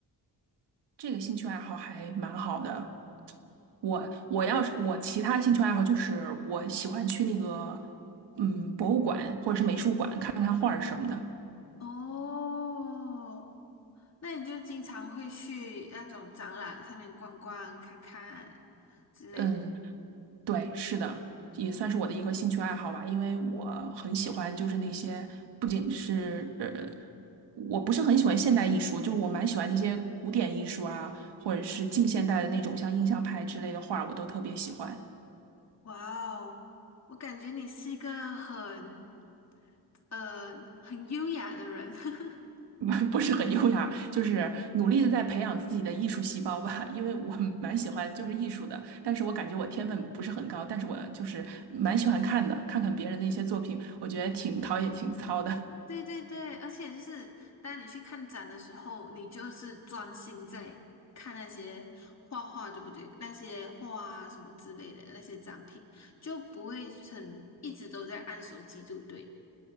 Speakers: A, on the right (about 85°); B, on the left (about 40°).
A: 这个兴趣爱好还蛮好的。我我要是我其他兴趣爱好就是我喜欢去那个嗯博物馆或者是美术馆看看画儿什么的。
B: 哦，那你就经常会去那种展览上面逛逛、看看之类的。
A: 嗯，对，是的，也算是我的一个兴趣爱好吧，因为我很喜欢，就是那些不仅是呃，我不是很喜欢现代艺术，就是我蛮喜欢那些古典艺术啊，或者是近现代的那种像印象派之类的画，我都特别喜欢。
B: 哇哦，我感觉你是一个很呃很优雅的人。<laughs>
A: <laughs> 不是很优雅，就是努力的在培养自己的艺术细胞吧，因为我蛮喜欢就是艺术的，
B: 嗯，
A: 但是我感觉我天分不是很高，但是我就是蛮喜欢看的，看看别人的一些作品，我觉得挺陶冶情操的。
B: 对对对，而且就是当你去看展的时候，你就是专心在看那些画画，对不对？那些画啊什么之类的那些展品，就不会很一直都在按手机，对不对？